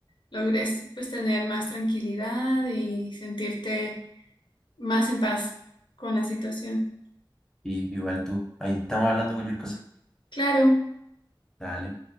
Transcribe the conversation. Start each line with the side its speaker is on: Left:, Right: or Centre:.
Left: logres pues tener más tranquilidad y sentirte más en paz con la situación.
Centre: Y igual tú, ahí estamos hablando cualquier cosa.
Left: Claro.
Centre: Dale.